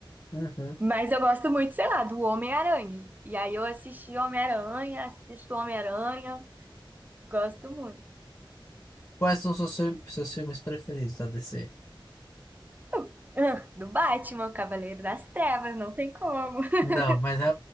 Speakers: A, on the left; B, on the right.
A: Uhum.
B: Mas eu gosto muito, sei lá, do Homem-Aranha. E aí eu assisti Homem-Aranha, assisto Homem-Aranha, gosto muito.
A: Quais são seus, fi- seus filmes preferidos da DC?
B: <laughs> Eu- Ah, Do Batman, o Cavaleiro das Trevas, não tem como. <laughs>
A: Não, mas é,